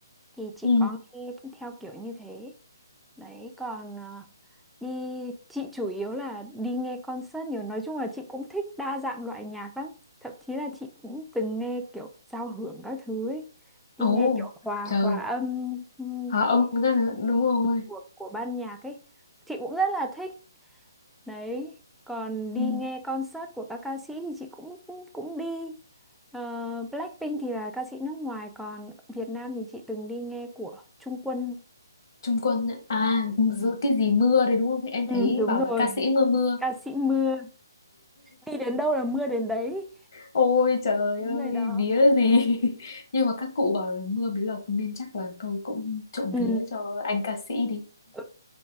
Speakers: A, in the centre; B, on the left (about 55°).
A: thì chị
B: ừ
A: có nghe theo kiểu như thế đấy còn ờ, đi chị chủ yếu là đi nghe concert nhiều nói chung là chị cũng thích đa dạng loại nhạc lắm thậm chí là chị cũng từng nghe kiểu giao hưởng các thứ ấy đi
B: ồ
A: nghe kiểu hòa
B: trời
A: hòa âm ừ,
B: hả ông
A: của
B: ra là- đúng rồi
A: của của ban nhạc ấy chị cũng rất là thích Đấy, còn
B: ừ,
A: đi nghe concert của các ca sĩ thì chị cũng cũng cũng đi. Ờ, Blackpink thì là ca sĩ nước ngoài, còn Việt Nam thì chị từng đi nghe của Trung Quân.
B: Trung Quân ạ. à
A: Ờ.
B: giữa cái gì mưa đấy đúng không em
A: Ừ,
B: thấy
A: đúng
B: bảo
A: rồi,
B: là ca sĩ mưa mưa
A: ca sĩ mưa. Đi đến đâu là mưa đến đấy.
B: ôi trời
A: Những
B: ơi
A: người đó.
B: vía gì <laughs> nhưng mà các cụ bảo là mưa mới lộc nên chắc là tôi cũng trộm
A: Ừ.
B: vía cho anh ca sĩ đi
A: Ừ.